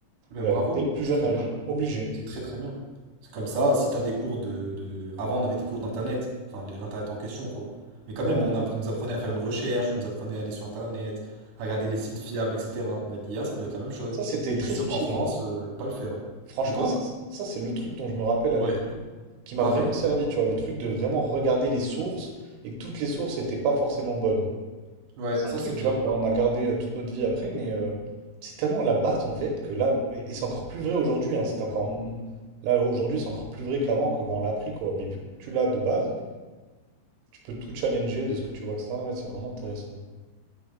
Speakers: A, on the right; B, on the right.
A: Mais
B: euh,
A: bravo,
B: dès le plus
A: c'est
B: jeune
A: très
B: âge,
A: bien.
B: obligé.
A: C'est très très bien. C'est comme ça, si t'as des cours de, de- Avant, on avait des cours d'internet, enfin les- l'internet en question, quoi. Mais quand
B: Euh,
A: même, on, a- on nous apprenait à faire une recherche, on nous apprenait à aller sur internet, à regarder les sites fiables, etc. Bah, l'IA, ça doit être la même chose.
B: ça, c'était très
A: Et je suis sûr
B: utile.
A: qu'en France,
B: hein.
A: euh, ils vont pas le faire.
B: Franchement,
A: De quoi?
B: ça, c'est ça, c'est le truc dont je me rappelle à
A: Ouais,
B: l'école qui m'a
A: pareil.
B: vraiment servi, tu vois, le truc de vraiment regarder les sources et que toutes les sources n'étaient pas forcément bonnes.
A: Ouais,
B: C'est
A: ça
B: un truc,
A: c'est
B: tu
A: bien.
B: vois, qu'on a gardé euh, toute notre vie après, mais euh, c'est tellement la base en fait que là, et et c'est encore plus vrai aujourd'hui, hein, c'était encore, m- là aujourd'hui, c'est encore plus vrai qu'avant, que quand on l'a appris, quoi. Mais vu que tu l'as de base, tu peux tout challenger de ce que tu vois, ça, c'est vraiment intéressant.